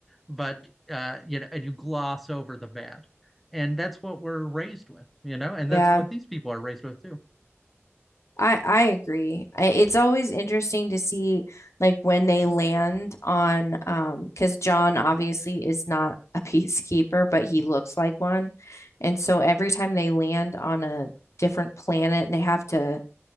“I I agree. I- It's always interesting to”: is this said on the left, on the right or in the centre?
Left